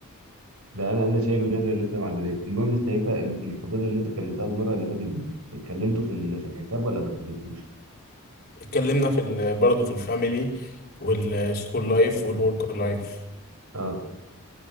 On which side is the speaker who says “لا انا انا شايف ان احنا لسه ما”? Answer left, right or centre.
Right